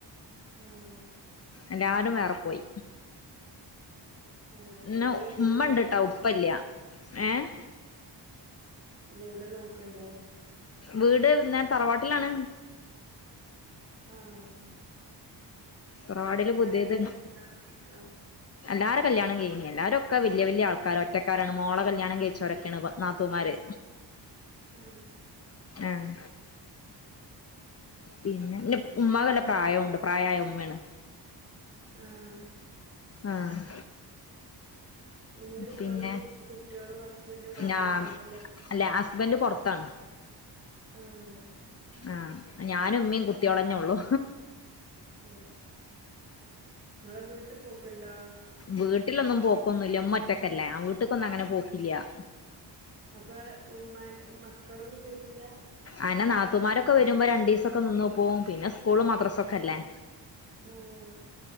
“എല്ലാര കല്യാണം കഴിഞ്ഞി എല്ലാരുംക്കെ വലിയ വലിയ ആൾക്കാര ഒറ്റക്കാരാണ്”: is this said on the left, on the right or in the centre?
Left